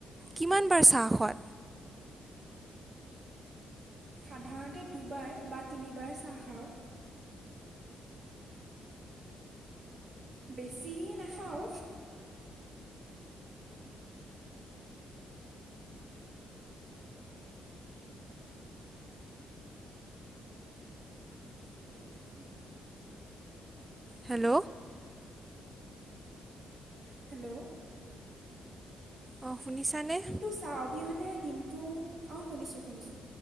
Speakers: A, on the right (about 20°); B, on the right (about 50°).
A: কিমান বাৰ চাহ খোৱা?
B: সাধাৰণতে দুবাৰ বা তিনিবাৰ চাহ খাওঁ। বেছি নাখাওঁ। <unintelligible>
A: হেল্ল'।
B: হেল্ল'।
A: অঁ শুনিছানে
B: কিন্তু চাহ অবিহনে দিন তো অঁ শুনিছোঁ শুনিছোঁ